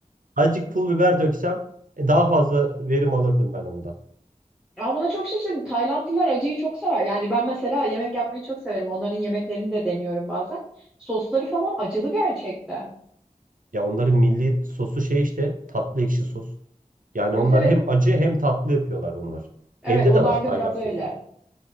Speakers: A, on the right (about 70°); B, in the centre.
A: azıcık pul biber döksem e, daha fazla verim alırdım ben ondan.
B: Aa, buna çok şaşırdım. Taylandlılar acıyı çok sever. Yani ben mesela yemek yapmayı çok severim. Onların yemeklerini de deniyorum bazen. Sosları falan acılı gerçekten.
A: Ya onların milli sosu şey işte tatlı ekşi sos. Yani
B: Evet
A: onlar
B: evet.
A: hem acı hem tatlı yapıyorlar onlar.
B: Evet
A: Evde
B: onlar
A: de var
B: da
A: Tayland
B: biraz
A: sosu.
B: öyle.